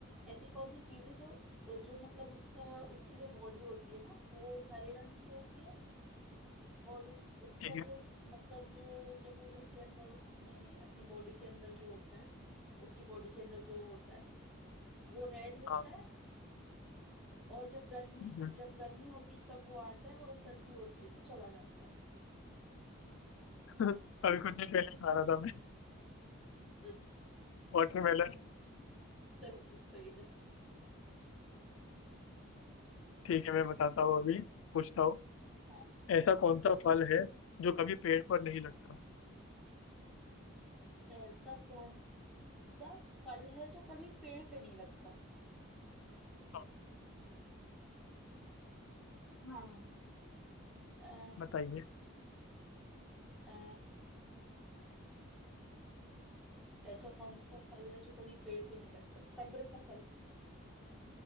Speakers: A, in the centre; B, on the left (about 70°).
A: ऐसी कौन सी चीज है जो जो मतलब उसका उसकी जो बॉडी होती है ना वो हरे रंग की होती है और उसका
B: ठीक है
A: जो मतलब जो जब वो घर के अंदर अपने अपनी बॉडी के अंदर जो होता है उसकी बॉडी के अंदर जो होता है ना वो रेड होता
B: हाँ
A: है और जब गर्मी
B: ठीक है।
A: जब गर्मी होती है तब वो आता है और सर्दी होती है तो चला जाता है
B: <laughs> अभी कुछ देर पहले ही खा रहा था मैं
A: <laughs>
B: वाटरमेलन
A: तरबूज सही जगह
B: ठीक है मैं बताता हूँ अभी पूछता हूँ
A: हाँ
B: ऐसा कौन सा फल है जो कभी
A: हम्म।
B: पेड़ पर नहीं लगता
A: ऐसा कौन सा फल है जो कभी पेड़ पे नहीं लगता
B: हाँ,
A: हाँ अ,
B: बताइए
A: अ, ऐसा कौन सा फल है जो कभी पेड़ पे नहीं लगता सब्र का फल